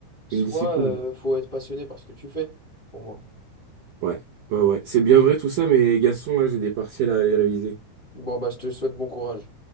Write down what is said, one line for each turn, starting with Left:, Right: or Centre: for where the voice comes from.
Left: Soit
Right: Une discipline.
Left: euh, faut être passionné par ce que tu fais, pour moi.
Right: Ouais. Ouais, ouais. C'est bien vrai tout ça, mais Gaston, là, j'ai des partiels à aller réviser.
Left: Bon, bah, je te souhaite bon courage.